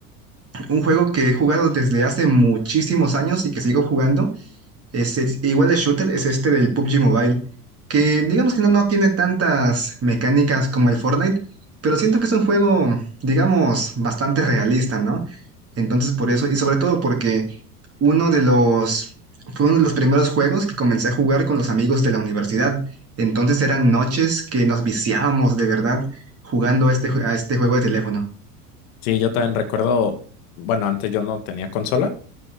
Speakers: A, on the right (about 30°); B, on the left (about 60°).
A: <clears throat> un juego que he jugado desde hace muchísimos años y que sigo jugando, es, es- igual de shooter, es este del PUBG Mobile, que digamos que no, no tiene tantas mecánicas como el Fortnite, pero siento que es un juego, digamos, bastante realista, ¿no? Entonces por eso, y sobre todo porque uno de los, fue uno de los primeros juegos que comencé a jugar con los amigos de la universidad. Entonces eran noches que nos viciábamos de verdad jugando a este, jue- a este juego de teléfono.
B: Sí, yo también recuerdo, bueno, antes yo no tenía consola